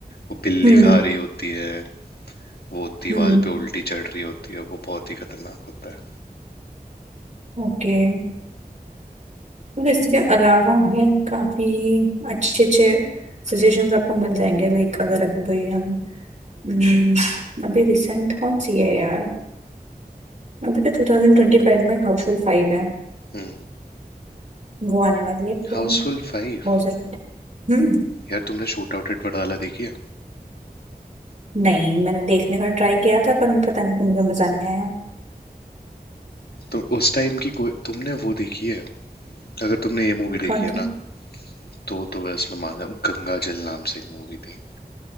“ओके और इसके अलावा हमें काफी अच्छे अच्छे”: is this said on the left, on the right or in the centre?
Right